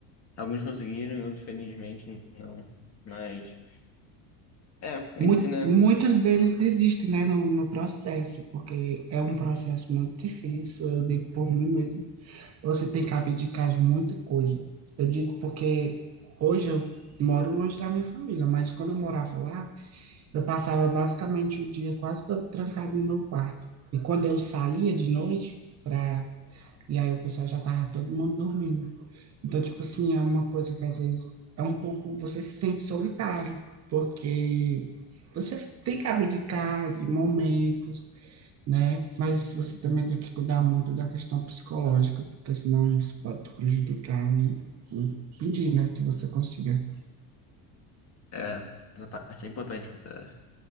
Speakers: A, on the left; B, on the right.
A: Alguns conseguiram e outros, felizmente, não. Mas, é, medicina.
B: Mu- Muitos deles desistem, né, no, no processo, porque é um processo muito difícil, eu digo por mim mesmo você tem que abdicar de muita coisa. Eu digo porque hoje eu moro longe da minha família, mas quando eu morava lá, eu passava basicamente o dia quase todo trancado no meu quarto. E quando eu saía de noite para e aí o pessoal já tava todo mundo dormindo. Então, tipo assim, é uma coisa que às vezes é um pouco você se sente solitário, porque você tem que abdicar de momentos, né? Mas você também tem que cuidar muito da questão psicológica, porque senão isso pode te prejudicar e impedir, né, que você consiga.
A: É, essa parte é importante, da,